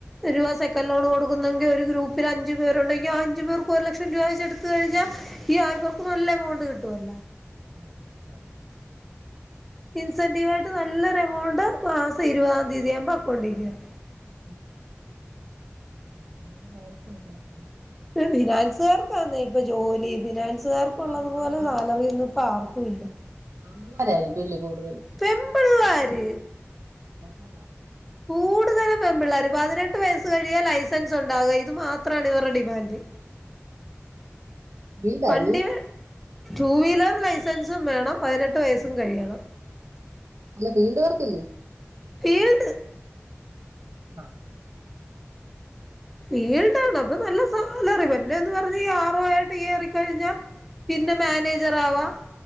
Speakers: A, in the centre; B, on the right.
A: ഒരു രൂപ സെക്കൻഡ് ലോണ് കൊടുക്കുന്നെങ്കിൽ ഒരു ഗ്രൂപ്പില് അഞ്ച് പേരുണ്ടെങ്കിൽ ആ അഞ്ച് പേർക്ക് ഒരു ലക്ഷം രൂപ വെച്ച് എടുത്ത് കഴിഞ്ഞാ ഈ ആയ്പർക്ക് നല്ല എമൗണ്ട് കിട്ടു അല്ല
B: <unintelligible>
A: ഇൻസെന്റീവായിട്ട് നല്ലൊരു എമൗണ്ട് മാസം ഇരുപതാം തീയതി ആവുമ്പോ അക്കൗണ്ടി കേറും
B: <unintelligible>
A: ഫിനാൻസുകാർക്കാന്നെ ഇപ്പൊ ജോലി ഫിനാൻസുകാർ പ്പ
B: ആ
A: ഉള്ളതു
B: ആ
A: പോലെ സാലറിയൊന്നും ഇപ്പ ആർക്കും ഇല്ല.
B: ആൺപിള്ളേരായിരിക്കും ഇല്ലേ കൂടുതല്
A: പെൺപിള്ളേര്
B: <inaudible>
A: കൂടുതലു പെൺ പിള്ളേർ പതിനെട്ട് വയസ്സ് കഴിഞ്ഞാൽ ലൈസൻസ് ഉണ്ടാകുക ഇത് മാത്രാണ് ഇവരുടെ ഡിമാൻഡ്
B: ഫീൽഡാ
A: വണ്ടി
B: അല്ലയോ
A: ടു വീലർ ലൈസൻസും വേണം പതിനെട്ട് വയസ്സും കഴിയണം.
B: അല്ല ഫീൽഡ് വർക്കല്ലേ?
A: ഫീൽഡ്
B: ആ
A: ഫീൽഡാണ് അപ്പം നല്ല സാലറി വല്ലന്ന് പറഞ്ഞ് ആറു ആയിട്ട് കയറി കഴിഞ്ഞാ പിന്നെ മാനേജർ ആവാം